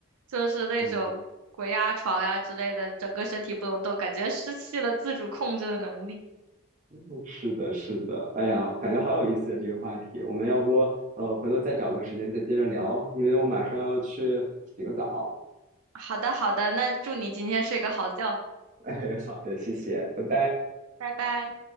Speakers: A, on the right; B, on the right.
A: 就是那种鬼压床呀之类的，
B: 嗯，
A: 整个身体不能动，感觉失去了自主控制的能力。
B: 嗯是的，是的。哎呀，感觉好有意思的这个话题，我们要不呃回头再找个时间再接着聊，因为我马上要去洗个澡。
A: 好的，好的，那祝你今天睡个好觉，
B: <laughs> 哎，好的，谢谢，拜拜。
A: 拜拜。